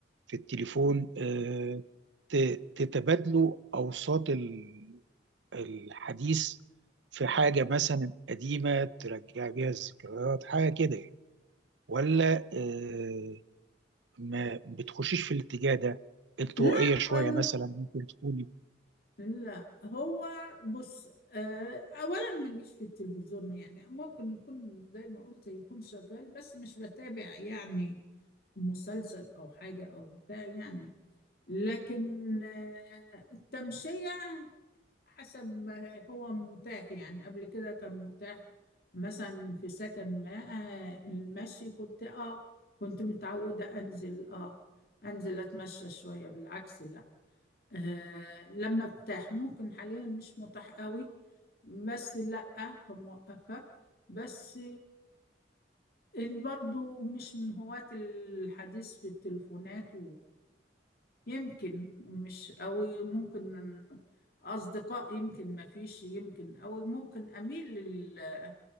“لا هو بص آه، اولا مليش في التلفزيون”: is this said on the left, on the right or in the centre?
Left